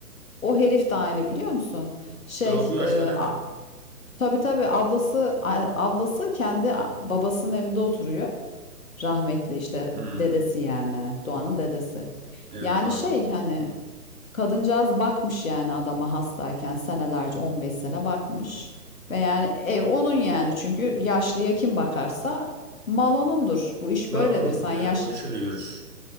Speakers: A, on the left (about 55°); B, on the right (about 65°).
A: O herif de aynı biliyor musun? Şey,
B: Daha bu yaşta
A: e,
B: ne
A: a,
B: mi?
A: tabii tabii ablası a- ablası kendi a- babasının evinde oturuyor. Rahmetli işte
B: Hmm,
A: dedesi yani Doğan'ın dedesi.
B: evet
A: Yani
B: anladım.
A: şey hani Kadıncağız bakmış yani adama hastayken senelerce 15 sene bakmış. Ve yani ev onun yani çünkü yaşlıya kim bakarsa mal onundur. Bu iş
B: Marlon'undur.
A: böyledir. Sen
B: Evet
A: yaş
B: o şöyle yürür.